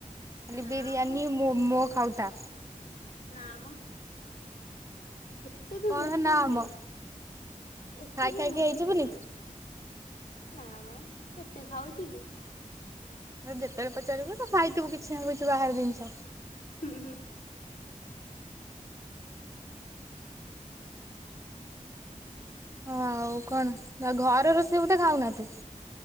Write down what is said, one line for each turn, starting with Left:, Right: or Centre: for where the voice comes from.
Right: ଖାଲି
Left: ନା
Right: ବିରିୟାନି
Left: ମ
Right: ମୋମୋ ଖାଉଥା।
Left: ନାଁ ମ। ଏତେ ବି
Right: କଣ
Left: ମୋଟି
Right: ନା
Left: ନୁହେଁ
Right: ଆମ
Left: ମୁ ଏତେ
Right: ଖାଇ
Left: ବି
Right: ଖାଇକି
Left: ମୋଟି
Right: ହେଇଯିବୁନି
Left: ନୁହେଁ ମ। ନା ମ କେତେ ଖାଉଚି କି।
Right: ଯେତେ ବେଳେ ପଚାରିବୁ ତ ଖାଇଥିବୁ କିଛି ନା କିଛି ବାହାର ଜିନିଷ।
Left: ହୁଁ ହୁଁ।
Right: ହଁ ଆଉ କଣ ଘର ରୋଷେଇ ବୋଧେ ଖାଉନା ତୁ।